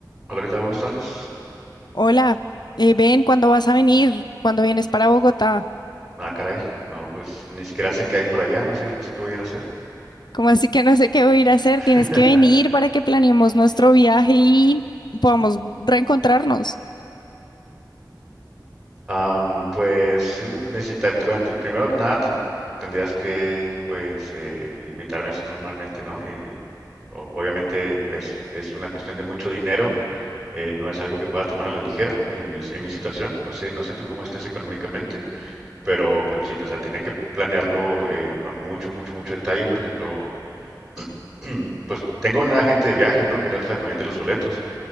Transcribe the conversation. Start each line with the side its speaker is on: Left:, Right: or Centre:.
Centre: Hola, ¿qué tal? Buenas tardes.
Left: Hola, eh, ven, ¿cuándo vas a venir? ¿Cuándo vienes para Bogotá?
Centre: Ah, caray. No, pues ni siquiera sé qué hay por allá, no sé, no sé qué voy a ir a hacer.
Left: Como así que no sé qué voy a ir a hacer?
Centre: <laughs>
Left: Tienes que venir para que planeemos nuestro viaje y podamos reencontrarnos.
Centre: Am, pues sí, necesita, te- bueno, te- primero que nada ten- tendrías que pues eh, invitarme así formalmente, ¿no? Eh, eh, o- obviamente es, es una cuestión de mucho dinero, eh, no es algo que pueda tomar a la ligera en mi, en mi situación. No sé, no sé tú cómo estés económicamente, pero pues sí, o sea, tenía que planearlo eh, con mucho, mucho, mucho detalle. Por ejemplo, <clears throat> Mm, Pues tengo una agente de viajes, ¿no? Que era la que me vende los boletos,